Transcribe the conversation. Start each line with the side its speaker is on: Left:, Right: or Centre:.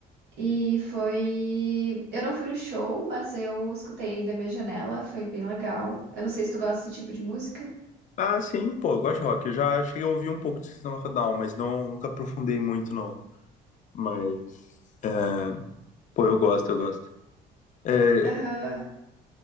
Right: E foi. Eu não fui no show, mas eu escutei da minha janela, foi bem legal. Eu não sei se tu gosta desse tipo de música.
Left: Ah, sim, pô, eu gosto de rock. Eu já cheguei a ouvir um pouco de System of a Down, mas não, nunca aprofundei muito, não. Mas, é, pô, eu gosto, eu gosto. É,
Right: Aham.